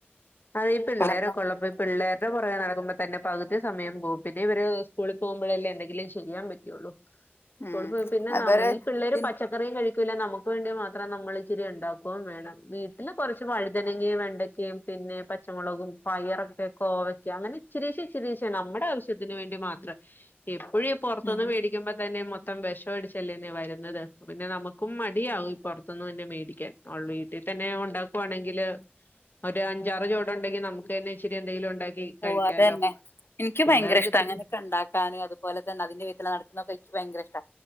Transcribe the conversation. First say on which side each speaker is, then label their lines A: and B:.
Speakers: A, on the left; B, on the left.
A: അതെ ഈ പിള്ളേരൊക്കെ
B: കാരണം
A: ഉള്ളപ്പോ ഈ പിള്ളേരുടെ പുറകേ നടക്കുമ്പോ തന്നെ പകുതി സമയം പോകും. ഇത് ഇവര് സ്കൂളിൽ പോകുമ്പോഴല്ലേ എന്തെങ്കിലും ചെയ്യാൻ പറ്റുള്ളൂ.
B: ഉം
A: സ്കൂളിൽ പോയ പിന്നെ
B: അവര്
A: നമ്മൾ ഈ പിള്ളേര്
B: ഇതിൻ
A: പച്ച റിയും കഴിക്കൂല്ല നമുക്ക് വേണ്ടി മാത്രം നമ്മൾ ഇച്ചിരി ഉണ്ടാക്കുകയും വേണം വീട്ടില് കുറച്ച് വഴുതനങ്ങയും വെണ്ടക്കയും. പിന്നെ പച്ചമുളകും പയറൊക്കെ കോവക്ക അങ്ങനെ ഇച്ചിരിച്ചെ ഇച്ചിരിച്ചെ നമ്മുടെ ആവശ്യം. ത്തിന് വേണ്ടി മാത്രം എപ്പോഴും ഈ പുറത്തുന്ന്
B: ഉം.
A: വേടി ക്കുമ്പം തന്നെ മൊത്തം വിഷം അടിച്ചല്ലേന്നെ വരുന്നത് പിന്നെ നമുക്കും മടിയാവും ഇപ്പം. പുറത്ത് തന്നെ മേടിക്കാൻ <unintelligible> വീട്ടിൽ തന്നെ ഉണ്ടാക്കുവാണെങ്കില്. ഒരു അഞ്ചാറ് ചുവട് ഉണ്ടെങ്കിൽ നമുക്ക് തന്നെ ഇച്ചിരി എന്തെങ്കിലും ഉണ്ടാക്കി കഴിക്കാലോ?
B: ഓഹ് അതന്നെ. എനിക്ക്
A: പിള്ളേർക്ക്
B: ഭയങ്കരഷ്ട
A: ഇത്തിരി
B: അങ്ങനൊക്കെ ഉണ്ടാക്കാനും അതുപോലെ അതിന്റെ വയിത്തെലെ നടക്കുന്ന തൊക്കെ എനിക്ക് ഭയങ്കര ഇഷ്ട.